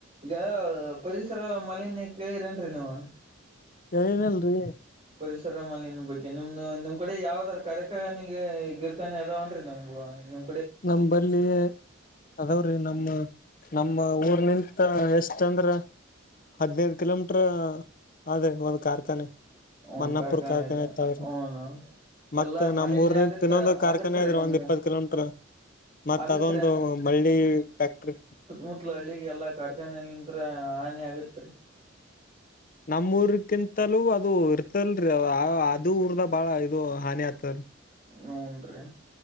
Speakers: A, on the right; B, on the left.
A: ಈಗ ಪರಿಸರ ಮಾಲಿನ್ಯ ಕೇಳಿರೇನ್ರಿ ನೀವ
B: ಕೇಳಿನಲ್ರೀ
A: ಪರಿಸರ ಮಾಲಿನ್ಯ ಬಗ್ಗೆ ನಿಮ್ ನಿಮ್ ಕಡೆ ಯಾವ್ದರ ಕಾರ್ಖಾನೆ ಗಿರ್ಕಾನೆ ಅದಾವನ್ರಿ ನಮ ನಿಮ
B: ನಮ್ಮಂಬಲ್ಲಿ ಅದಾವ್ರೀ ನಮ್ಮಾ ನಮ್ಮ ಊರ್ನಿಂತ ಎಷ್ಟ ಅಂದ್ರ ಹದ್ನೈದ ಕಿಲೋಮೀಟರ್ ಆದೆ ಒಂದ ಕಾರ್ಖಾನೆ
A: ಅವನ್
B: ಮನ್ನಾಪುರ್
A: ಕಾಕನತ
B: ಕಾರ್ಖಾನೆ ತಾವರೆ
A: ಅವನು
B: ಮತ್ತ್
A: ಎಲ್ಲಾ ಮಾಲಿನ್ಯ
B: ನಮ್ ಊರ್ನತಿ
A: ಆಗತ್ತ
B: ಇನ್ನೊಂದು ಕಾರ್ಖಾನೆ
A: ಆಗತ್ರಿ
B: ಆದ ರೀ
A: ನಿಮ್ಮ
B: ಒಂದ್ ಇಪ್ಪತ್ ಕಿಲೋಮೀಟರ್ ಮತ್ತ
A: ಆಗತ್ರಿ
B: ಅದೊಂದು ಬಳ್ಳಿ ಫ್ಯಾಕ್ಟ್ರಿ
A: ಮುತ್ಲ ಹಳ್ಳಿಗೆ ಎಲ್ಲಾ ಕಾರ್ಖಾನೆಲಿಂತ್ರ ಹಾನಿ ಆಗತ್ರಿ
B: ನಮ್ ಊರ್ಕ್ಕಿಂತಲೂ ಅದು ಇರ್ತಲ್ರಿ ಆ ಆ ಅದು ಊರ್ದ ಬಾಳ ಇದು ಹಾನಿ ಆತದರಿ
A: ಹೂನ್ರಿ